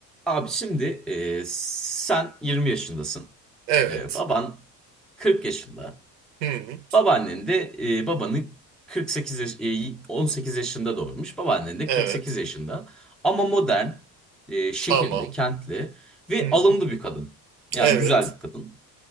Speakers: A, in the centre; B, on the right.
A: Abi şimdi e, sen 20 yaşındasın.
B: Evet.
A: E, baban 40 yaşında.
B: Hı.
A: Babaannen de e, babanı 48 yaş- e, 18 yaşında doğurmuş. Babaannen de
B: Evet.
A: 48 yaşında. Ama modern, e, şehirli,
B: Tamam.
A: kentli ve
B: Hı.
A: alımlı bir kadın. Yani
B: Evet.
A: güzel bir kadın.